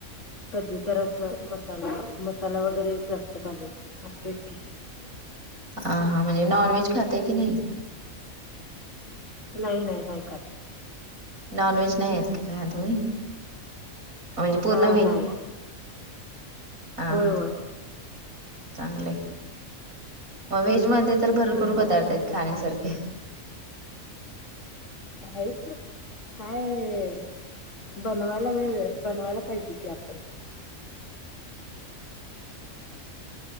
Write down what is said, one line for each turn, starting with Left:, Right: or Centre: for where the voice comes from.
Left: कधी तर अस, मसाला, मसाला वगैरे, जास्त घालून असतच की.
Right: हां हां म्हणजे नॉन व्हेज खाताय की नाही?
Left: नाही नाही नाही खात.
Right: नॉन व्हेज नाही आहेत का तुम्ही? म्हणजे पूर्ण
Left: हां नाही.
Right: हां
Left: होय
Right: हां
Left: होय
Right: चांगलं आहे. मग व्हेज मध्ये तर भरपूर
Left: हा
Right: पदार्थ आहेत खाण्यासारखे
Left: आहेत की काय बनवायला वेळ, बनवायला पाहिजे की आपण